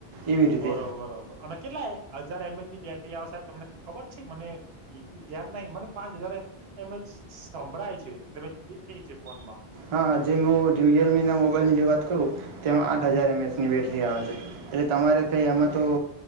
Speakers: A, on the right; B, on the right.
A: એવી રીતે
B: બરો બરોબર અને કેટલા હજાર એમ ની બેટરી આવ સાહેબ તમને ખબર છે મને એ ધ્યાન નાહ મને પાંચ હજાર એમ એ સંભળાય છે એટલે મે દેખે છે ફોનમાં
A: હા જે હું રિયલમી ના મોબાઈલની જે વાત કરું તેમાં આઠ
B: હમ
A: હજાર એમસની બેટ ટરી આવે છે એટલે તમારે કંઈ એમાં તો